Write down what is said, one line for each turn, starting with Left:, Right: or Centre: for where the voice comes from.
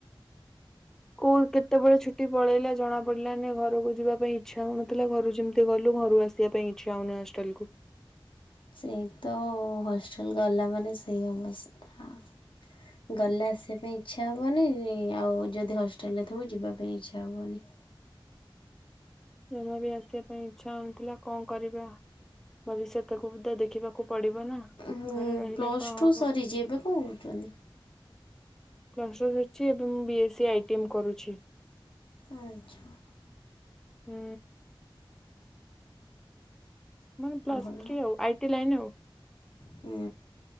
Centre: ସ୍କୁଲ କେତେବେଳେ ଛୁଟି ପଳେଇଲା ଜଣା ପଡିଲାନି ଘରକୁ ଯିବା ପାଇଁ ଇଚ୍ଛା ହଉନଥିଲା ଘରୁ ଯେମିତି ଗଲୁ ଘରୁ ଆସି ଆସିବା ପାଇଁ ହଉନି ହଷ୍ଟେଲକୁ।
Left: ସେଇତ ହଷ୍ଟେଲ ଗଲା ମାନେ ସେଇ ଅବସ୍ଥା। ଗଲେ ଆସିବା ପାଇଁ ଇଚ୍ଛା ହେବନି ଆଉ ଯଦି ହଷ୍ଟେଲରେ ଥିବୁ ଯିବା ପାଇଁ ଇଚ୍ଛା ହେବନି।
Centre: ଜମା ବି ଆସିବା ପାଇଁ ଇଚ୍ଛା ହଉନଥିଲା କଣ କରିବା? ଭବିଷ୍ୟତ କୁ ବି ତ ଦେଖିବାକୁ ପଡିବ ନା।
Left: ହୁଁ
Centre: ଘରେ ରହିଲେ
Left: ପ୍ଲସ୍
Centre: କଣ
Left: ଟୁ
Centre: ହବ
Left: ସରିଛି ଏବେ କଣ କରୁଛନ୍ତି?
Centre: ପ୍ଲସ ଟୁ ସରିଛି ଏବେ ମୁଁ ବି ଏସ୍ ସ ଆଇଟିଏମ୍ କରୁଛି।
Left: ଆଚ୍ଛା।
Centre: ହୁଁ। ମାନେ ପ୍ଲସ
Left: ଭଲ
Centre: ଥ୍ରୀ ଆଉ ଆଇ ଟି ଲାଇନ ଆଉ।
Left: ହୁଁ